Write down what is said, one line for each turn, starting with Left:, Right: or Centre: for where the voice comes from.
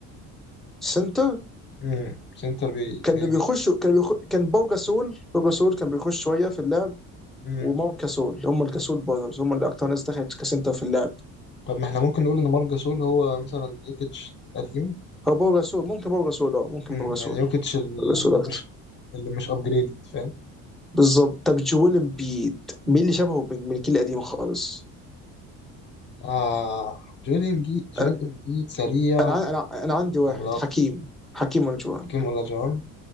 Centre: سنتر
Left: امم سنتر بي
Centre: كانوا
Left: بلاي ميكر
Centre: بيخشوا كانوا بيخ... كان باو جاسول باو جاسول كان بيخش شويه في اللعب
Left: امم
Centre: ومارك جاسول هم الجاسول براذرز هم اللي اكتر ناس دخلت كسنتر في اللعب
Left: طب ما احنا ممكن نقول ان مارك جاسول هو مثلا يوكيتش قديم
Centre: او باو جاسول ممكن باو جاسول اه ممكن
Left: امم
Centre: باو جاسول
Left: يعني يوكيتش ال-
Centre: باو جاسول اكتر
Left: مش اللي مش ابجريد فاهم
Centre: بالظبط طب جويل امبيد مين اللي شبهه من من الجيل القديم خالص
Left: آه جويل امبيد جويل
Centre: انا
Left: امبيد سريع
Centre: انا عن- انا, أنا عندي واحد
Left: عملاق
Centre: حكيم حكيم ونجوان
Left: حكيم ولا جون